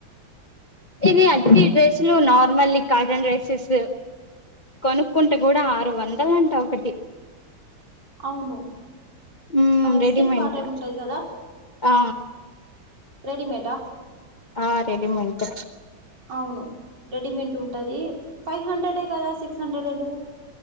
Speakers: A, on the left; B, on the right.
A: ఇది అటికి డ్రెస్సులు నార్మల్లీ కాటన్ డ్రెస్సెస్ కొనుక్కుంటే కూడా ఆరు వందలంట ఒకటి
B: అవును
A: మ్మ్
B: ఔ
A: రెడీమేంట్
B: స్టిప్ కాటన్ ఉంటాది కదా
A: ఆ
B: రెడీమేడా
A: ఆ రెడిమెంట్
B: అవును రెడీమెంట్ ఉంటది ఫైవ్ హండ్రెడే కదా సిక్స్ హండ్రెడ్ ఎందుకు